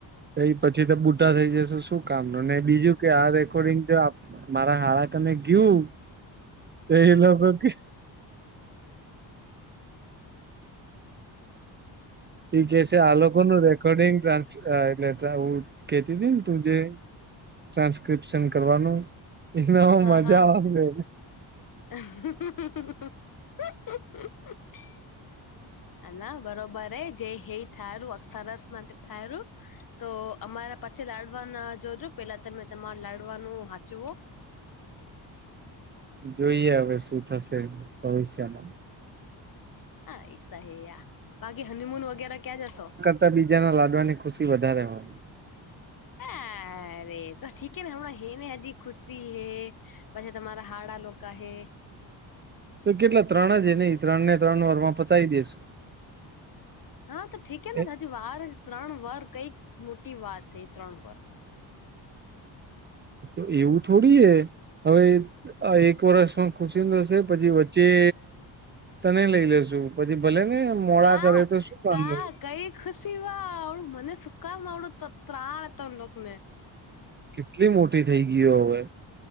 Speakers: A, on the right; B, on the left.
A: એઈ પછી તો બુઢા થઈ જશુ શું કામનું, ને બીજું કે આ રેકોર્ડિંગ તો આપ મારા હાળા કને ગયું તો એ લોકો કે ઈ કેશે આ લોકોનું રેકોર્ડિંગ ટ્રાન્સ અ એટલે ઉ કેતીતી ને તું જે ટ્રાન્સક્રિપ્શન કરવાનું. એનામાં
B: હા
A: મજા
B: હા
A: આવશે.
B: <inaudible> અ ના બરોબર હે. જેહે થાયરુ અક્ષ સરસ માટે થાયરુ તો અમારા પછી લાડવાના જોજો પેલા તમે તમારે લાડવાનું હાંચવો.
A: જોઈએ હવે શું થશે ભવિષ્યમાં.
B: હા ઈત હે યા. બાકી હનીમૂન વગેરા ક્યાં જશો?
A: તો બીજાના લાડવાની ખુશી વધારે હોય.
B: હા અરે તો ઠીક હેને હમણાં હે ને હજી ખુશી હે, પછી તમારા હાડા લોકા હે.
A: તો કેટલા ત્રણ જ હેને ઈ ત્રણને ત્રણ વરમાં પતાઈ દેશું.
B: હા તો ઠીક હેને
A: એ
B: હજી વારે ત્રણ વર કંઈક મોટી વાત હે ઈ ત્રણ વર.
A: ઈ તો એવું થોડી હે? હવે આ એક વરસમાં ખુશીનું થશે પછી વચ્ચે તને લઈ લેશું પછી ભલે ને મોડા
B: કા
A: કરે તો શું વાંધો
B: કા કઈ ખુશીમાં આવડું મને સુકામ આવડું ત પ્રા તમ લોકને.
A: કેટલી મોટી થઈ ગી હો હવે.